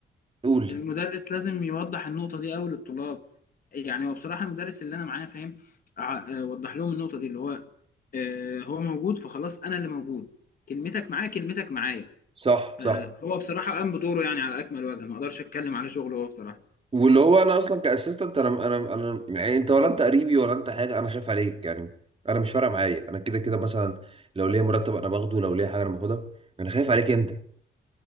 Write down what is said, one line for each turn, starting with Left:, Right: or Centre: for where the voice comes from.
Right: قول
Left: المدرس لازم يوضح النقطة دي أوي للطلاب يعني هو بصراحة المدرس اللي أنا معاه فاهم ع- آه، وضح لهم النقطة دي اللي هو آه، هو موجود فخلاص أنا اللي موجود كلمتك معاه كلمتك معايا
Right: صح
Left: فهو
Right: صح
Left: بصراحة قام بدوره يعني على أكمل وجه ما أقدرش أتكلم على شغله هو بصراحة
Right: واللي هو انا اصلا كاسيستنت انا انا انا يعني انت ولا انت قريبي ولا انت حاجه انا خايف عليك يعني انا مش فارقه معايا انا كده كده مثلا لو ليا مرتب انا باخده لو ليا حاجه انا باخدها انا خايف عليك انت